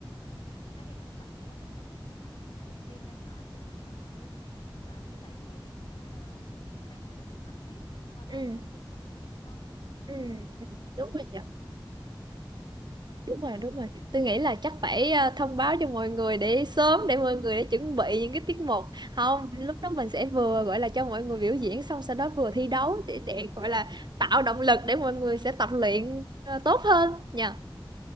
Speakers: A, on the left (about 70°); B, on the right (about 55°).
A: cái này cũng có thể là mình tổ chức một ừ, cuộc thi nho nhỏ giữa các phòng đi à, như vậy thì sẽ ờ, tăng cái tính thân thiết hòa đồng
B: Ừ,
A: hơn giữa các đồng nghiệp hơn
B: ừ,
A: ừ.
B: ừ, đúng rồi nhỉ. đúng rồi đúng rồi tôi nghĩ là chắc phải à, thông báo cho mọi người để sớm để mọi người để chuẩn bị những cái tiết mục không lúc đó mình sẽ vừa gọi là cho mọi người biểu diễn xong sau đó vừa thi đấu để, để gọi là tạo động lực để mọi người sẽ tập luyện à, tốt hơn nha